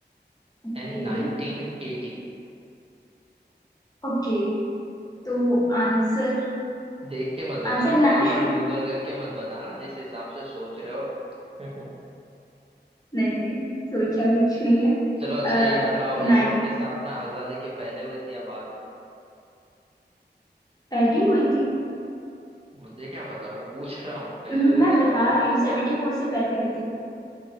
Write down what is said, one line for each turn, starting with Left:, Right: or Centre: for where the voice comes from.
Left: ओके
Right: एंड 1980
Left: ओके तो आंसर
Right: देख के मत बताना
Left: आंसर
Right: फटाफट
Left: ना <laughs>
Right: गूगल करके मत बताना जिस हिसाब से सोच रहे हो <laughs>
Left: नहीं नहीं सोचा कुछ नहीं है
Right: चलो अच्छा
Left: अ,
Right: ये बताओ
Left: नाइन
Right: इसरो की स्थापना आजादी के पहले हुई थी या बाद में
Left: पहली हुई थी
Right: मुझे क्या पता मैं पूछ रहा हूँ पहले
Left: म-
Right: हुई
Left: मैं
Right: थी या
Left: बता
Right: बाद में
Left: रही
Right: हुई
Left: हूँ
Right: थी
Left: सेवेंटी फोर से पहले हुई थी